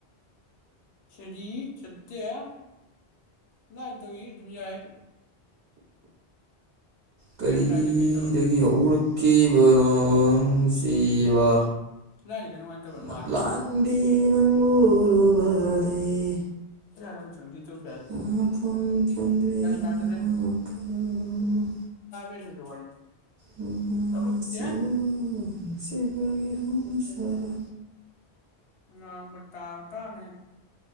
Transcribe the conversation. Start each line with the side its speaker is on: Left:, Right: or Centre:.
Left: ꯁꯤꯗꯗꯤ ꯁꯦꯠꯇꯦ ꯑꯗꯨꯃꯥꯏꯟ ꯇꯧꯋꯤ ꯑꯗꯨꯝ ꯌꯥꯏ
Right: ꯀꯔꯤꯗꯒꯤ
Left: ꯒ꯭ꯌꯥꯟ ꯇꯥꯗꯦ ꯀꯩ ꯇꯧꯔꯝ
Right: ꯍꯧꯔꯛꯈꯤꯕꯅꯣ ꯅꯨꯡꯁꯤꯕ
Left: ꯂꯥꯏꯟꯁꯦ ꯈꯔ ꯅꯨꯡꯉꯥꯏꯇꯕ
Right: ꯂꯝꯂꯥꯟꯕꯤ
Left: ꯃꯥꯜꯂꯦ
Right: ꯅꯪꯕꯨ ꯎꯔꯨꯕꯗꯩ
Left: ꯀꯔꯥꯏꯗ ꯑꯃꯨꯛ ꯆꯪꯗꯣꯏ ꯇꯧ
Right: ꯄꯣꯊꯥꯐꯝ ꯈꯪꯗꯦ ꯑꯩꯒꯤ
Left: ꯇꯥꯗ꯭ꯔꯦ
Right: ꯋꯥꯈꯟ
Left: ꯇꯕ꯭ꯔꯥ ꯁꯤꯁꯨ ꯋꯥꯔꯤ
Right: ꯃꯥꯁꯤꯕꯨ
Left: ꯊꯣꯛꯂꯛꯇꯦ
Right: ꯅꯨꯡꯁꯤꯕꯒꯤ ꯍꯧꯅꯁꯥꯔꯥ
Left: ꯉꯥꯡꯕ ꯇꯥꯕ ꯇꯥꯕꯅꯤ